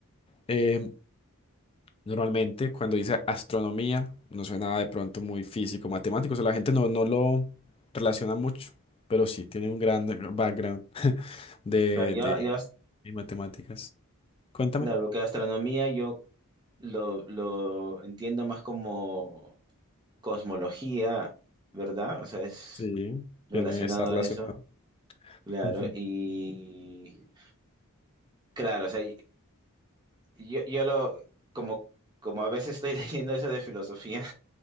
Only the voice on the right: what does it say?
Claro, yo,
yo, as-
claro, que astronomía yo lo, lo entiendo más como cosmología, ¿verdad? O sea, es
relacionado
a eso, claro.
Y claro, o sea, yo, yo lo, como, como a veces estoy <laughs> leyendo eso de filosofía,